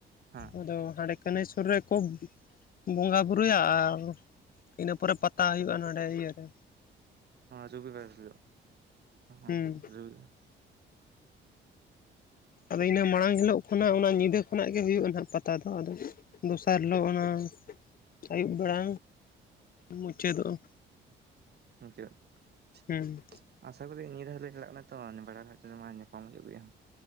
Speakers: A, on the right; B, on the left.
A: ᱦᱮᱸ᱾
B: ᱟᱫᱚ ᱦᱟᱸᱰᱮ ᱠᱟᱹᱱᱟᱹᱭ ᱥᱩᱨ ᱨᱮᱠᱚ ᱵᱚᱸᱜᱟ ᱵᱩᱨᱩᱭᱟ, ᱟᱨ ᱤᱱᱟᱹ ᱯᱚᱨᱮ ᱯᱟᱛᱟ ᱦᱩᱭᱩᱜᱼᱟ ᱱᱟᱰᱮ ᱤᱭᱟᱹ ᱨᱮ
A: ᱨᱩᱵᱤᱠᱟᱨ ᱦᱩᱞᱳᱜ ᱟᱸ
B: ᱦᱩᱸ
A: ᱨᱩᱵᱤ <unintelligible>
B: ᱟᱫᱚ ᱤᱱᱟᱹ ᱢᱟᱲᱟᱝ ᱦᱤᱞᱳᱜ ᱠᱷᱚᱱᱟᱜ ᱚᱱᱟ ᱧᱤᱫᱟᱹ ᱠᱷᱚᱱᱟᱜ ᱜᱮ ᱦᱩᱭᱩᱜᱼᱟ ᱱᱟᱦᱟᱜ ᱯᱟᱛᱟ ᱫᱚ ᱟᱫᱚ᱾ ᱫᱚᱥᱟᱨ ᱦᱤᱞᱳᱜ ᱚᱱᱟ ᱟᱹᱭᱩᱵ ᱵᱮᱲᱟ᱾ ᱢᱩᱪᱟᱹᱫᱚᱜᱼᱟ
A: <unintelligible>
B: ᱦᱮᱸ
A: ᱟᱥᱟ ᱠᱩᱨᱤ ᱱᱤᱭᱟᱹ ᱫᱷᱟᱣ ᱞᱮ ᱪᱟᱞᱟᱜ ᱠᱟᱱᱟ ᱛᱚ ᱵᱟᱲᱟᱜᱦᱟᱴ ᱨᱮ ᱢᱟ ᱧᱟᱯᱟᱢ ᱦᱩᱭᱩᱜ ᱜᱮᱭᱟ᱾